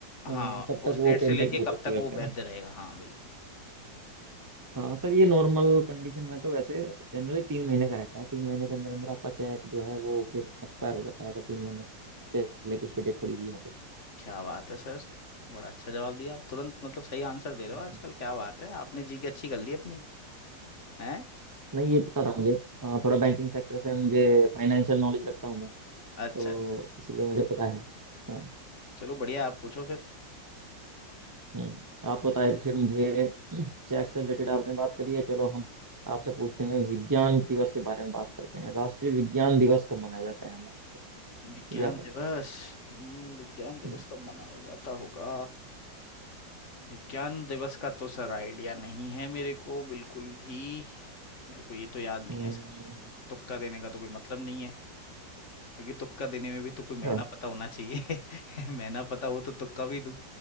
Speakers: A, on the left; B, on the right.
A: हाँ
B: कब तक
A: उस
B: वो
A: डेट से
B: पेमेंट
A: लेके
B: हो सकती
A: कब तक
B: है
A: वो
B: उस पर ना
A: वैध रहेगा हाँ बिल्कुल
B: हाँ सर ये नॉर्मल कंडीशन में तो वैसे जनरली तीन महीने का रहता है तीन महीने के अंदर अंदर आपका चेक जो है वो फिर एक्सपायर हो जाता है अगर तीन महीने से लेके उस पर डेट पड़ी हुई है तो
A: क्या बात है सर बड़ा अच्छा जवाब दिया आप तुरंत मतलब सही आंसर दे रहे हो आजकल
B: जी
A: क्या बात है आपने जी की अच्छी कर ली अपनी है
B: नहीं ये पता था मुझे अ, थोड़ा बैंकिंग सेक्टर से मुझे फाइनेंशियल नॉलेज रखता हूँ मैं तो
A: अच्छा अच्छा
B: इसलिए मुझे पता है हाँ
A: चलो बढ़िया आप पूछो फिर
B: हम्म आप बताए फिर मुझे चेक से रिलेटेड आपने बात करी है चलो हम आपसे पूछते हैं विज्ञान दिवस के बारे में बात करते हैं राष्ट्रीय विज्ञान दिवस कब मनाया जाता है हमारे यहाँ
A: विज्ञान
B: पे यह पता
A: दिवस हम्म, विज्ञान दिवस
B: हम्म
A: कब मनाया जाता होगा विज्ञान दिवस का तो सर आइडिया नहीं है मेरे को बिल्कुल भी मेरे को ये तो याद नहीं
B: हम्म,
A: है सर तुक्का देने का तो कोई मतलब नहीं है क्योंकि तुक्का देने में भी तो कोई
B: अच्छा,
A: महीना पता होना चाहिए <laughs> महीना पता हो तो तुक्का भी दूं